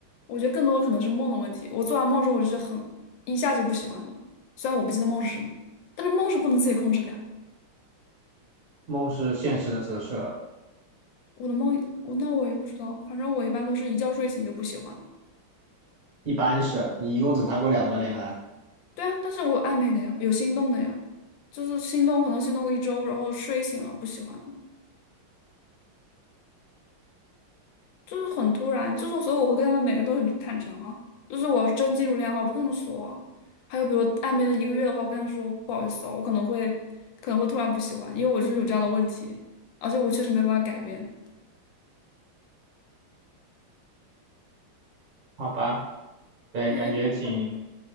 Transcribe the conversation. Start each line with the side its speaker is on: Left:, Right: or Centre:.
Left: 我觉得更多的可能是梦的问题。我做完梦之后，我就觉得很一下就不喜欢了。虽然我不记得梦是什么，但是梦是不能自己控制的呀。
Right: 梦是现实的折射，
Left: 我的梦，我那我也不知道，反正我一般都是一觉睡醒就不喜欢了。
Right: 一般是你一共只谈过两段恋爱，
Left: 对啊，但是我有暧昧的呀，有心动的呀，就是心动可能心动个一周，然后睡醒了不喜欢了。就是很突然，就是所以我会跟他们每个人都很坦诚啊。就是我要是真进入恋爱的话我就跟他们说啊。还有比如暧昧了一个月的话，我跟他说不好意思哦，我可能会可能会突然不喜欢，因为我就是有这样的问题，而且我确实没有办法改变。
Right: 好吧？对，
Left: 对，
Right: 感觉挺
Left: 因为他